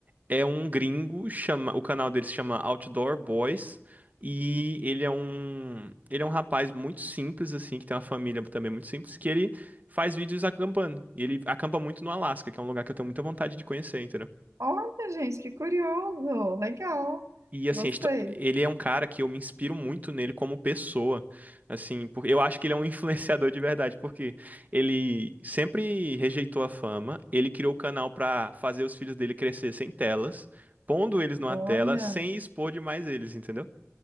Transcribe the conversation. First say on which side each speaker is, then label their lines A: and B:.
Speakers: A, on the right (about 35°); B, on the right (about 80°).
A: É um gringo, chama, o canal dele se chama Outdoor Boys, e ele é um, ele é um rapaz muito simples, assim, que tem uma família também muito simples, que ele faz vídeos acampando. E ele acampa muito no Alasca, que é um lugar que eu tenho muita vontade de conhecer, entendeu?
B: Olha, gente, que curioso, legal,
A: E assim,
B: gostei.
A: a histó- ele é um cara que eu me inspiro muito nele como pessoa, assim, porque eu acho que ele é um <laughs> influenciador de verdade, porque ele sempre rejeitou a fama, ele criou o canal pra fazer os filhos dele crescer sem telas, pondo eles numa
B: Olha,
A: tela sem expor demais eles, entendeu?